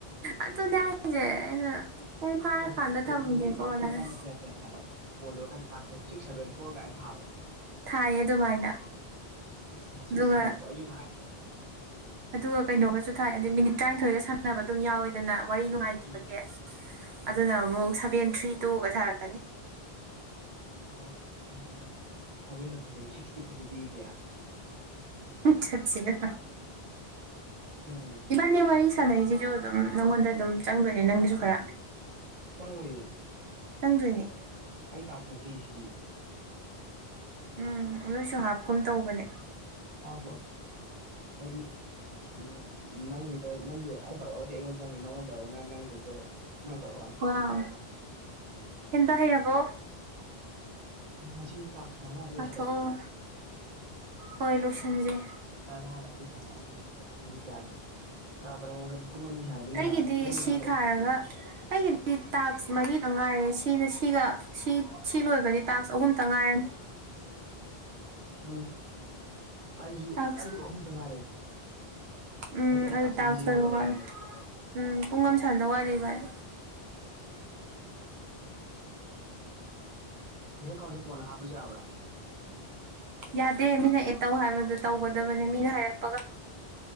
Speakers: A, on the right; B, on the right.
A: ꯑꯗꯨꯅꯦ ꯍꯥꯏꯖꯦ ꯑꯩꯅ ꯄꯨꯡ ꯐꯥꯔꯀꯥꯟꯗ
B: ꯅꯪ ꯇꯥꯛꯁ
A: ꯊꯝꯒꯦꯀꯣ
B: ꯅꯪ ꯇꯥꯛꯁ
A: ꯅ
B: ꯂꯣꯏꯔꯀꯥꯟꯗ
A: ꯍꯥꯏ꯫
B: ꯀꯌꯥ ꯀꯌꯥ ꯊꯥꯏ ꯀꯣꯜ ꯂꯣꯏꯔꯀꯥꯟꯗ ꯇꯥꯛꯁ ꯁꯤꯛꯁ ꯁꯚꯦꯟ ꯐꯣꯔ ꯀꯥꯏꯅ ꯊꯥꯕꯔ꯫
A: ꯊꯥꯏꯌꯦ ꯑꯗꯨꯃꯥꯏꯅ
B: ꯁꯤꯛꯁ ꯁꯤꯛꯁ
A: ꯑꯗꯨꯒ
B: ꯁꯚꯦꯟ ꯐꯣꯔ ꯑꯩꯁꯨ ꯊꯥꯏ ꯍꯥꯏꯕ꯫ ꯁꯤꯗ
A: ꯑꯗꯨꯒ ꯀꯩꯅꯣꯒꯁꯨ ꯊꯥꯏ ꯑꯗꯤ ꯃꯤꯅꯤꯠ ꯇꯔꯥꯅꯤꯊꯣꯏꯒ ꯁꯥꯟꯅꯕ ꯑꯗꯨꯝ ꯌꯥꯎꯋꯤꯗꯅ ꯋꯥꯔꯤ ꯅꯨꯡꯉꯥꯏ
B: ꯎꯝ
A: ꯕꯒꯤ
B: ꯎꯝ
A: ꯑꯗꯨꯅ ꯑꯃꯨꯛ ꯁꯚꯦꯟ ꯊ꯭ꯔꯤ ꯇꯨꯒꯊꯔꯛꯀꯅꯤ꯫
B: ꯑꯣ ꯑꯗꯨꯗꯤ ꯁꯚꯦꯟꯅ ꯐꯖꯩ ꯁꯤꯛꯁꯇꯤ ꯐꯖꯗꯦ ꯀꯌꯥ꯫
A: ꯁꯛꯁꯤꯒ꯫
B: ꯌꯦꯡꯉꯣꯅꯦ
A: ꯏꯕꯥꯅꯤ ꯋꯥꯔꯤ ꯁꯥꯟꯅꯩꯁꯤꯁꯨ ꯑꯗꯨꯝ ꯅꯪꯉꯣꯟꯗ ꯑꯗꯨꯝ ꯆꯪꯗꯣꯏꯅꯦ ꯅꯪꯒꯤꯁꯨ ꯈꯔ꯫
B: ꯆꯪꯉꯣꯏꯌꯦ꯫
A: ꯆꯪꯗꯣꯏꯅꯦ꯫
B: ꯑꯩ ꯇꯥꯛꯁ ꯅꯠꯇꯤꯌꯦꯁꯤꯗꯤ꯫
A: ꯎꯝ ꯑꯗꯣꯏꯁꯨ ꯍꯥꯞꯀꯨꯝ ꯇꯧꯕꯅꯦ꯫
B: ꯍꯥꯞꯄꯣꯏ ꯍꯥꯏꯗꯤ ꯎꯝ ꯅꯪꯒꯤ ꯅꯪꯒꯤ ꯑꯩ ꯇꯧꯔꯒꯗꯤ ꯑꯩꯉꯣꯟ ꯆꯪꯅꯤ ꯅꯪꯉꯣꯟ ꯇꯧꯔꯒꯅ ꯅꯪꯒꯤ ꯆꯪꯖꯕ ꯅꯪ ꯇꯧꯔꯒꯅ꯫
A: ꯋꯥꯎ꯫ ꯍꯦꯟꯗ ꯍꯩꯔꯕꯣ꯫
B: ꯉꯁꯤꯗꯤ ꯇꯥꯛꯁ ꯃꯉꯥꯗꯣ ꯂꯣꯏꯁꯤꯜꯂꯁꯤꯗꯅ
A: ꯄꯥꯊꯣꯛꯑꯣ ꯍꯣꯏ ꯂꯣꯏꯁꯟꯖꯦ꯫
B: ꯇꯔꯥꯔꯛꯇꯤ ꯁꯟꯅꯅꯤꯡꯕꯅꯤ ꯃꯤꯅꯤꯠ ꯀꯌꯥꯅꯣ ꯇꯔꯥ <unintelligible> ꯁꯥꯟꯅꯗꯣꯏꯅꯦ
A: ꯑꯩꯒꯤꯗꯤ
B: ꯄꯨꯡ ꯑꯅꯤ
A: ꯁꯤ
B: ꯐꯥꯗ꯭ꯔꯦ
A: ꯊꯥꯔꯒ ꯑꯩꯒꯤ ꯁꯤ ꯇꯥꯛꯁ ꯃꯔꯤꯗꯪ ꯉꯥꯏꯔꯦ ꯁꯤꯅ ꯁꯤꯒ ꯁꯤ ꯁꯤ ꯂꯣꯏꯔꯒꯗꯤ ꯇꯥꯛꯁ ꯑꯍꯨꯝꯇꯪ ꯉꯥꯏꯔꯅꯤ꯫
B: ꯎꯝ ꯑꯩꯁꯨꯨ
A: ꯇꯥꯛꯁ
B: ꯑꯩꯁꯨꯨ ꯑꯍꯨꯝꯇ ꯉꯥꯏꯔꯦ꯫
A: ꯎꯝ
B: ꯍꯥꯏꯗꯤ ꯑꯩ
A: ꯑꯗꯨ ꯇꯥꯛꯁ
B: ꯑꯃꯗꯤ ꯖꯦꯔꯣꯗ
A: ꯇꯔꯨꯛ
B: ꯂꯩꯈ꯭ꯔꯦꯕ
A: ꯋꯥꯠꯂꯦ ꯎꯝ ꯄꯨꯡ ꯑꯝ ꯁꯥꯟꯗꯧ ꯋꯥꯠꯂꯤ ꯏꯕꯅꯤ꯫
B: ꯕꯦꯡ ꯑꯦꯀꯥꯎꯟꯁꯨ ꯀꯣꯟꯅ ꯍꯥꯞꯄꯁꯨ ꯌꯥꯕ꯭ꯔ꯫
A: ꯌꯥꯗꯦ ꯃꯤꯅ ꯑꯦꯠ ꯇꯧ ꯍꯥꯏꯕꯗꯨ ꯇꯧꯒꯗꯕꯅꯦ ꯃꯤꯅ ꯍꯥꯏꯔꯛꯄꯒ꯫